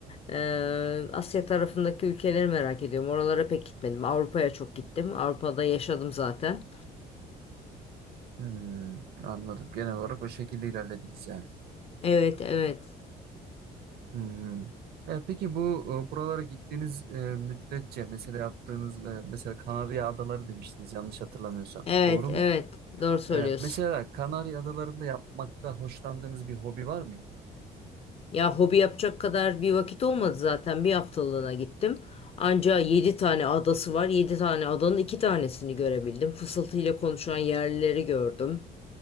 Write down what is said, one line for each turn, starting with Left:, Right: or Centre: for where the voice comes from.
Left: Ee, Asya tarafındaki ülkeleri merak ediyorum. Oralara pek gitmedim. Avrupa'ya çok gittim. Avrupa'da yaşadım zaten.
Right: Hmm, anladım. Genel olarak o şekilde ilerlediniz yani.
Left: Evet, evet.
Right: Hmm. E, peki bu e, buralara gittiğiniz e, müddetçe mesela yaptığınız e, mesela Kanarya Adaları demiştiniz yanlış hatırlamıyorsam.
Left: Evet,
Right: Doğru
Left: evet.
Right: mu?
Left: Doğru söylüyorsun.
Right: Evet. Mesela Kanarya Adaları'nda yapmakta hoşlandığınız bir hobi var mıydı?
Left: Ya hobi yapacak kadar bir vakit olmadı zaten. Bir haftalığına gittim. Anca 7 tane adası var. 7 tane adanın 2 tanesini görebildim. Fısıltıyla konuşan yerlileri gördüm.